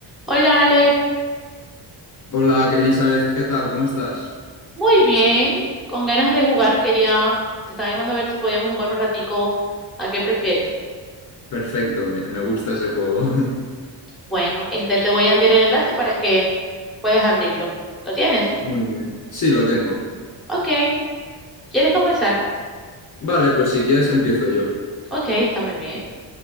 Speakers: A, in the centre; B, on the left.
A: Hola Ale,
B: Hola Elizabeth, ¿qué tal? ¿Cómo estás?
A: muy bien, con ganas de jugar quería, te estaba llamando a ver si podíamos jugar un ratico, ¿a qué prefieres?
B: Perfecto, me, me gusta ese juego. <laughs>
A: Bueno, este te voy a enviar el enlace para que puedas abrirlo. ¿Lo tienes?
B: Muy bien. Sí, lo tengo.
A: Ok, ¿quieres comenzar?
B: Vale, pues si quieres empiezo yo.
A: Ok, está muy bien.